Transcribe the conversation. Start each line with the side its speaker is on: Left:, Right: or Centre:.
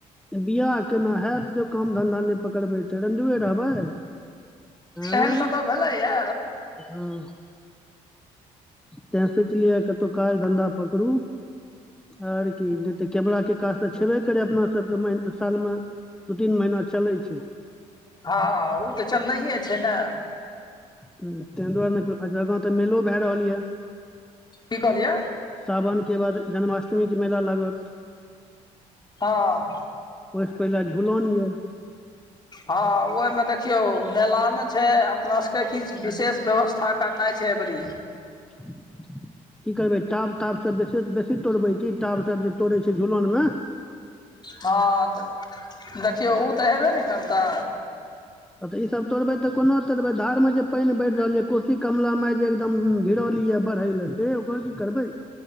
Centre: बिआह केना हयत जब काम धन्धा नहि पकड़बै तऽ रंडुए रहबै आँय
Left: एहन कतहु भेलैए ये
Centre: हँ तैं सोचलियै कतहु काज धन्धा पकड़ू आर की नै त कैमरा के काज तऽ छेबे करे अपना सबके सालमे दू तीन महिना चलै छै
Left: हँ ऽ उ तऽ चलनैये छै ने
Centre: ताहि दुआरे ने आगाँ तऽ मेलो भए रहल यए
Left: की कहलियै
Centre: सावन के बाद जन्माष्टमी के मेला लागत
Left: हँ
Centre: ओहि सँ पहिले झुलन यऽ
Left: हँ ओयमें देखियौ मेला मे छै अपना सबके किछ विशेष व्यवस्था करनाइ छै एबरी
Centre: <inaudible> की करबै टाब ताभसभ बेस बेसी तोड़बै क टाभ सब जे तोड़ै छै झुलन में
Left: हँ देखियौ उ तऽ हेबे न करतै
Centre: तऽ ईसभ तोड़बै तऽ कोना तोड़बै धार मे जे पानि बढ़ रहल य कोशी कमला माय जे एकद गिरैलिय बढ़ै ले से ओकर की करबै